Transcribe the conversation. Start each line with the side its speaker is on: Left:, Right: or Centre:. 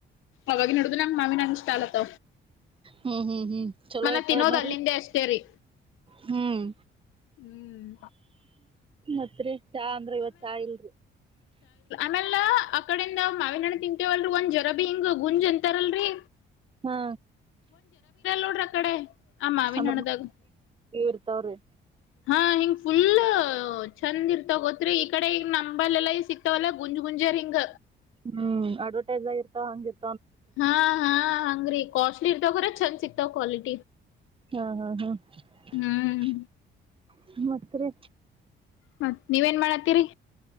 Left: ಅವಾಗಿನಿಡದು ಅ ಮಾಮಿನ ಅನಷ್ಟಾಲತ್ತ
Right: ಹ್ಮ್- ಹ್ಮ್ -ಹ್ಮ್ ಚಲೋ
Left: ಮನ
Right: ಇರ್ತಾವ
Left: ತಿನ್ನೋದ್
Right: ನೋರಿ
Left: ಅಲ್ಲಿಂದೆ ಅಷ್ಟೇ ರೀ
Right: ಹ್ಮ್
Left: ಹ್ಮ್
Right: ಮತ್ರಿ ಚಾ ಅಂದ್ರೆ ಇವತ್ ಚಾ ಇಲ್ರಿ
Left: ಆಮೇಲ್ಲ ಅ ಕಡಿಂದ ಮಾವಿನಣ್ಣ ತಿಂತೇವಲ್ಲ ಒಂದ್ ಜರಬಿ ಹಿಂಗ ಗುಂಜ್ ಎಂತಾರಲ್ರರಿ
Right: ಹಾ
Left: ನೋಡ್ರಿ ಆ ಕಡೆ ಆ ಮಾವಿನ
Right: ಅಂದ್ರ
Left: ಹಣ್ಣದಾಗ
Right: ಇರ್ತಾವ್ರಿ
Left: ಹಾ ಹಿಂಗ್ ಫುಲ್ ಚಂದ್ ಇರ್ತ ಗೋತ್ರಿ ಈ ಕಡೆ ಈ ನಂಬಲ್ಲ್ಲಾ ಸಿಕ್ತವಲ್ಲ ಗುಂಜ್ ಗುಂಜರ್ ಹಿಂಗ
Right: ಹ್ಮ್ ಅಡ್ವರ್ಟೈಸ್ ಆಗಿರ್ತಾವ ಹಂಗಿರ್ತ
Left: ಹಾ ಹಾ ಹಂಗ್ರೀ ಕಾಸ್ಟ್ಲಿ ಇರ್ತ್ರ ಚಂದ ಸಿಕ್ತಾವ್ ಕ್ವಾಲಿಟಿ
Right: ಹ್ಮ ಹಾ ಹಾ <inaudible>
Left: ಹ್ಮ್
Right: ಮತ್ರಿ
Left: ಮತ್ ನೀವೇಏನ್ ಮಾಡತ್ತೀರಿ